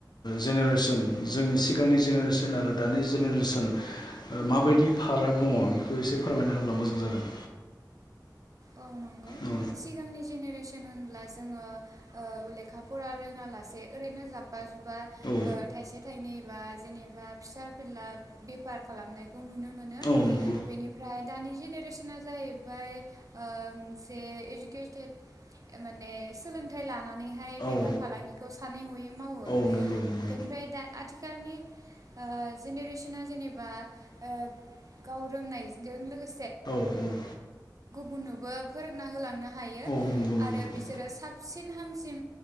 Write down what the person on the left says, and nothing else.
जेनेरेसन जोंनि सिगांनि जेनेरेसन आरो दानि जेनेरेसन ओ माबायदि फाराग दङ बेखौ एसे फोरमायना होब्ला मोजां जागोन।
औ
औ
औ नंगौ
औ
औ नंगौ नंगौ
औ औ
औ नंगौ नंगौ